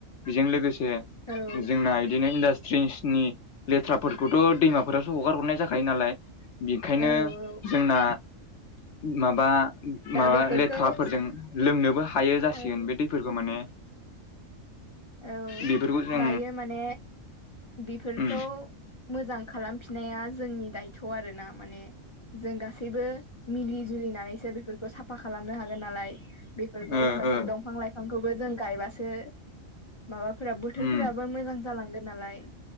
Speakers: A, on the left; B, on the left.
A: बेजों लोगोसे
B: औ
A: जोंना बिदिनो इन्डास्ट्रि नि लेथ्राफोरखौथ' दैमाफोरावसो हगार हरनाय जाखायो नालाय। बेनिखायनो
B: औ औ
A: जोंना माबा
B: दा
A: माबा
B: बेफोरखौ
A: लेथ्राफोरजों
B: सा
A: लोंनोबो हायो जासिगोन
B: औ
A: बे दैफोरखौ माने।
B: औ।
A: बेफोरखौ जों
B: दायो माने बेफोरखौ
A: उम
B: मोजां खालामफिननाया जोंनि दायथ' आरोना माने। जों गासैबो मिलि जुलिनानैसो बेफोरखौ साफा खालामनो हागोन नालाय। बेफोरखौ
A: ओ
B: होनबासो
A: ओ
B: दंफां लाइफांखौबो जों गायबासो माबाफोरा बोथोरफोराबो
A: उम
B: मोजां जालांगोन नालाय।